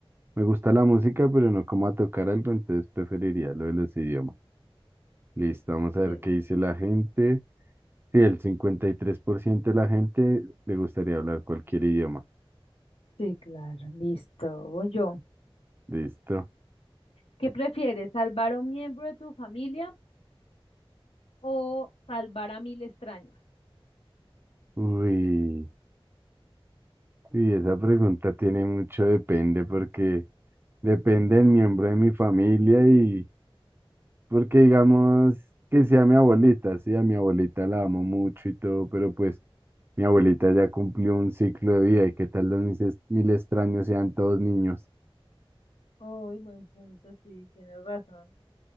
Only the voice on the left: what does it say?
Sí,
sí, claro, listo. Voy yo.
¿Qué prefieres, salvar a un miembro de tu familia o salvar a mil extraños?
Uy, buen punto, sí, tienes razón.